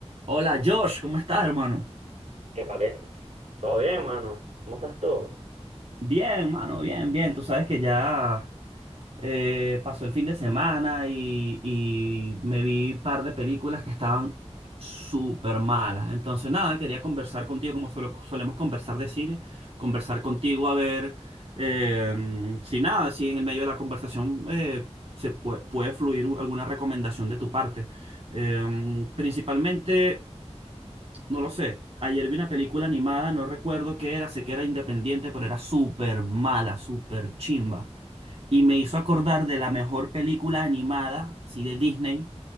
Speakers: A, on the right (about 60°); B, on the right (about 80°).
A: Hola Josh, ¿cómo estás, hermano?
B: Epale, ¿todo bien, mano? ¿Cómo estás tú?
A: Bien, mano, bien, bien. Tú sabes que ya eh, pasó el fin de semana y, y me vi un par de películas que estaban súper malas. Entonces, nada, quería conversar contigo como solo- solemos conversar de cine, conversar contigo a ver eh, si nada, si en el medio de la conversación eh, se pue- puede, fluir u- alguna recomendación de tu parte. Eh, principalmente. No lo sé. Ayer vi una película animada, no recuerdo qué era, sé que era independiente, pero era súper mala, súper chimba. Y me hizo acordar de la mejor película animada, sí, de Disney,